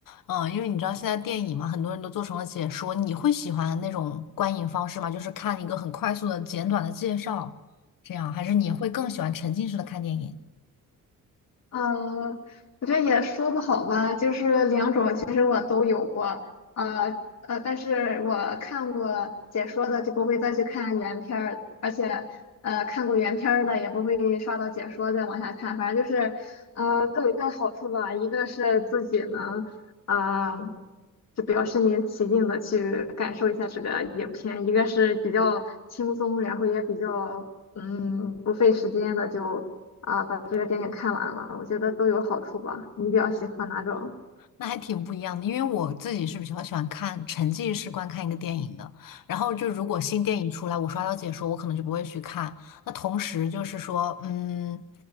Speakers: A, on the left; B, on the left.
A: 嗯，因为你知道现在电影嘛，很多人都做成了解说，你会喜欢那种观影方式吗？就是看一个很快速的、简短的介绍，这样，还是你会更喜欢沉浸式的看电影？
B: 嗯，我觉得也说不好吧，就是两种，其实我都有过，呃呃，但是我看过解说的就不会再去看原片儿，而且呃看过原片儿的也不会刷到解说再往下看，反正就是呃各有各的好处吧，一个是自己能呃就比较身临其境的去感受一下这个影片，一个是比较轻松，然后也比较嗯不费时间的就。啊，把这个电影看完了，我觉得都有好处吧。你比较喜欢哪种？
A: 那还挺不一样的，因为我自己是比较喜欢看沉浸式观看一个电影的。然后就如果新电影出来，我刷到解说，我可能就不会去看。那同时就是说，嗯